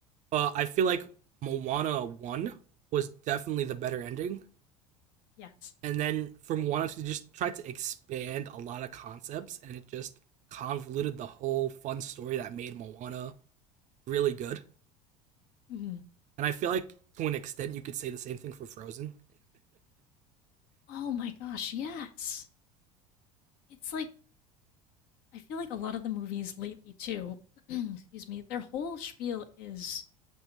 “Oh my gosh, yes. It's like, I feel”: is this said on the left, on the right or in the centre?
Left